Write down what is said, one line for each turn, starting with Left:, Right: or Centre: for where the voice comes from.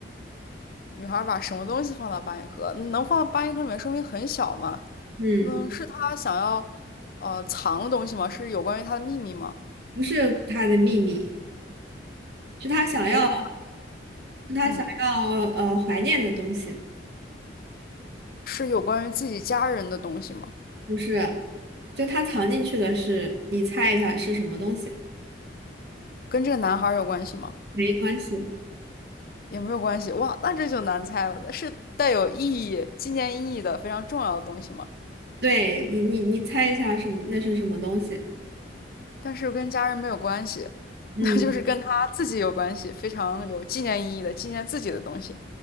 Left: 女孩把什么东西放到八音盒？能放到八音盒里面，说明很小嘛？
Right: 嗯，
Left: 嗯，是他想要呃藏的东西吗？是有关于他的秘密吗？
Right: 不是她的秘密，是她想要，
Left: 不是，
Right: 是她想要呃怀念的东西，
Left: 嗯，是有关于自己家人的东西吗？
Right: 不是，就她藏进去的是，你猜一下是什么东西？
Left: 跟这个男孩有关系吗？
Right: 没关系，
Left: 也没有关系。哇，那这就难猜了，是带有意义、纪念意义的非常重要的东西吗？
Right: 对你你你猜一下什么？那是什么东西？
Left: 但是跟家人没有关系，<laughs>
Right: 嗯，
Left: 那就是跟他自己有关系，非常有纪念意义的，纪念自己的东西，